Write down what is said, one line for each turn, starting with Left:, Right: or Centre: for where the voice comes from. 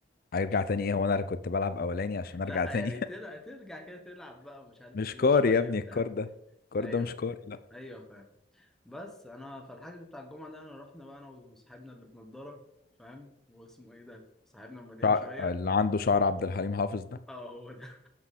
Left: هيرجع
Centre: مش...
Left: تاني ايه هو انا كنت بلعب اولاني عشان ارجع
Centre: لا
Left: تاني
Centre: يعني ترجع ترجع كده تلعب بقى
Left: <laughs>
Centre: ومش عارف
Left: مش
Centre: ايه
Left: كاري
Centre: شوية
Left: يا ابني
Centre: بتاع
Left: الكار ده الكار
Centre: ايوه
Left: ده مش كاري لا
Centre: ايوه فاهم بس انا فالحجز بتاع الجمعة ده انا رحنا بقى انا وصاحبنا اللي بنضارة فاهم واسمه ايه ده صاحبنا المليان
Left: شع...
Centre: شوية
Left: اللي عنده شعر عبد الحليم حافظ ده
Centre: اه هو ده